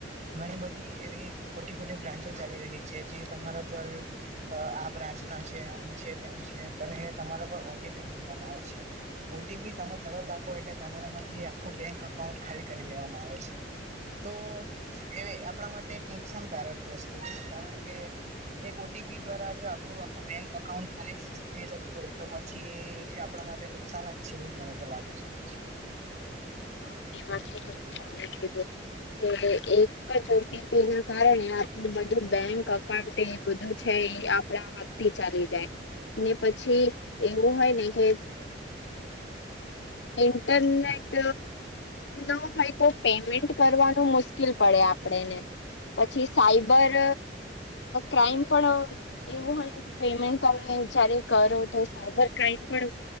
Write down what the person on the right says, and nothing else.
ઘણી બધી એવી ખોટી ખોટી બ્રાન્ચો ચાલી રહી છે જે તમારા પર આ બ્રાન્ચ ના છે આમ છે તેમ છે તમારા પર ઓટીપી મગવામાં આવે છે ઓટીપી તમે તરત આપો એટલે તમારા માંથી આખું બેંક અકાઉન્ટ ખાલી કરી દેવામાં આવે છે તો એ આપણા માટે એક નુકસાનકારક વસ્તુ છે કારણ કે એક ઓટીપી દ્વારા જો આપણું આખું બેંક અકાઉન્ટ ખાલી થઈ શકતો હોય તો પછી એ આપણા માટે નુકસાન જ છે એું જ મને તો લાગે છે પછી